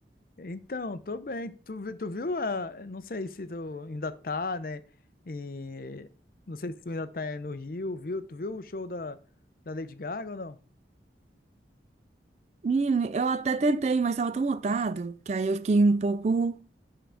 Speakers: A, on the left; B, on the right.
A: Então, tô bem. Tu, vi- tu viu a... Não sei se tu ainda tá, né? E... Não sei se tu ainda tá é, no Rio, viu? Tu viu o show da, da Lady Gaga ou não?
B: Menino, eu até tentei, mas tava tão lotado que aí eu fiquei um pouco